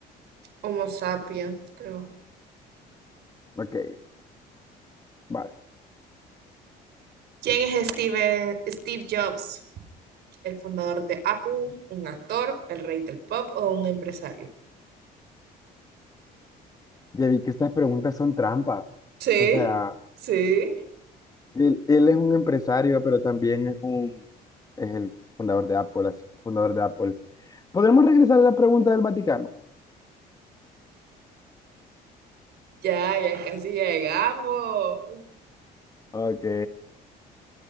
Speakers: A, on the right; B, on the left.
A: Homo sapiens, creo.
B: Ok, vas.
A: ¿Quién es Steven, Steve Jobs? ¿El fundador de Apple, un actor, el rey del pop o un empresario?
B: Ya vi que estas preguntas son trampas.
A: Sí,
B: O sea,
A: sí.
B: Él, él es un empresario, pero también es un, es el fundador de Apple, así que fundador de Apple. ¿Podremos regresar a la pregunta del Vaticano?
A: Ya, ya casi llegamos.
B: Ok.